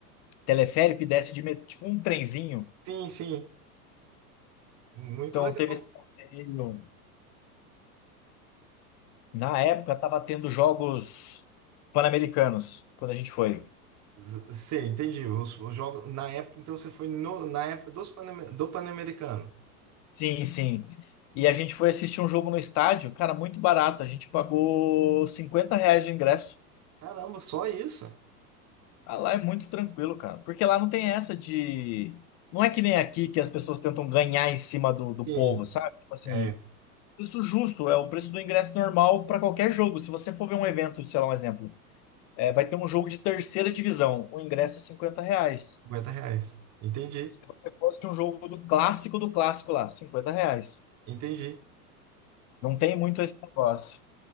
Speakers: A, on the left (about 35°); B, on the right (about 35°).
A: teleférico e desce de met- tipo um trenzinho.
B: Sim, sim. Muito
A: Então
B: legal.
A: teve esse passeio. Na época tava tendo jogos pan-americanos quando a gente foi.
B: Z- Sim, entendi. Os, os jogos na época, então você foi no- na época dos Panam- do Pan-Americano.
A: Sim, sim. E a gente foi assistir um jogo no estádio, cara, muito barato. A gente pagou 50 reais o ingresso.
B: Caramba, só isso?
A: Ah, lá é muito tranquilo, cara. Porque lá não tem essa de. Não é que nem aqui que as pessoas tentam ganhar em cima do, do
B: Sim,
A: povo, sabe? Tipo assim,
B: é,
A: preço justo é o preço do ingresso normal para qualquer jogo. Se você for ver um evento, sei lá, um exemplo, é, vai ter um jogo de terceira divisão, o ingresso é cinquenta reais.
B: 50 reais. Entendi,
A: Se você fosse um jogo do clássico do clássico lá, 50 reais.
B: entendi.
A: Não tem muito esse negócio.